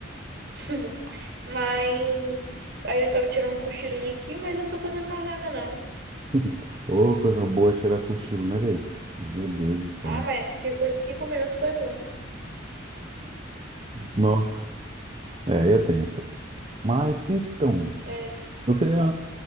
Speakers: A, on the right (about 60°); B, on the right (about 30°).
A: <laughs> Mas aí eu tava tirando um cochilinho aqui, mas eu tô fazendo mais nada, não.
B: <laughs> Ô, coisa boa tirar cochilo, né, velho? Meu Deus do céu.
A: Ah, mas se foi cinco minutos, foi muito.
B: Nossa, é, aí é tenso. Mas, então,
A: É,
B: eu queria